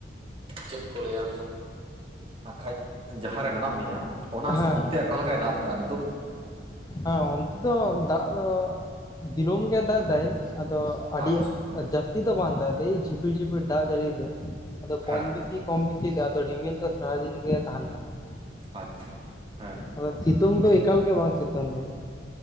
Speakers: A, on the right; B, on the left.
A: ᱪᱮᱫ ᱠᱚ ᱞᱟᱹᱭᱟ ᱟᱨᱠᱷᱟᱡ ᱡᱟᱦᱟᱸ ᱨᱮ ᱢᱮᱱᱟᱜ ᱢᱮᱭᱟ ᱚᱱᱟ
B: ᱦᱮᱸ
A: ᱚᱱᱛᱮ ᱚᱠᱟ ᱞᱮᱠᱟᱭ ᱫᱟᱜ ᱮᱼᱟ ᱱᱤᱛᱳᱜ?
B: ᱦᱮᱸ ᱚᱱᱛᱮ ᱫᱚ ᱫᱟᱜ ᱫᱚ ᱫᱤᱱᱟᱹᱢ ᱜᱮ ᱫᱟᱜ ᱮᱫᱟᱭ ᱛᱚ ᱟᱹᱰᱤ
A: ᱟᱪᱪᱷᱟ
B: ᱡᱟᱹᱥᱛᱤ ᱫᱚ ᱵᱟᱝ ᱫᱟᱭ, ᱡᱷᱤᱯᱤᱨ ᱡᱷᱤᱯᱤᱨ ᱫᱟᱜ ᱡᱟᱹᱲᱤᱭ ᱫᱟᱭ ᱟᱫᱚ
A: ᱦᱮᱸ
B: ᱠᱚᱢ ᱵᱮᱥᱤ ᱠᱚᱢ ᱵᱮᱥᱤ ᱫᱟᱜ ᱫᱟᱭ᱾ ᱨᱤᱢᱤᱞ ᱫᱚ ᱥᱟᱨᱟᱫᱤᱱ ᱜᱮ ᱛᱟᱦᱮᱱ ᱠᱟᱱᱟ᱾
A: ᱟᱪᱪᱷᱟ ᱦᱮᱸ
B: ᱟᱫᱚ ᱥᱤᱛᱩᱝ ᱫᱚ ᱮᱠᱟᱞ ᱜᱮ ᱵᱟᱝ ᱥᱤᱛᱩᱝ ᱫᱟᱭ᱾